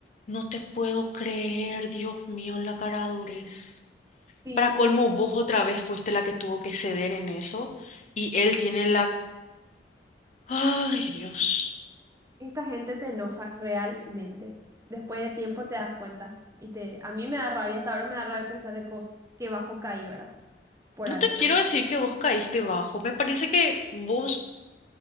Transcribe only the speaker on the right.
Sí.
Esta gente te enoja realmente. Después de tiempo te das cuenta. Y te, a mí me da rabia, hasta ahora me da rabia pensar de co- qué bajo caí, ¿verdad? Por
alguien
así.